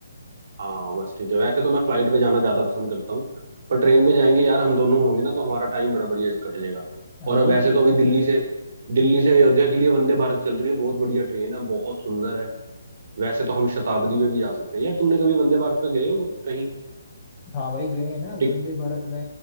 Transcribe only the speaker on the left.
हाँ
वही
तो
हाँ भाई गए हैं ना
वंदे भारत में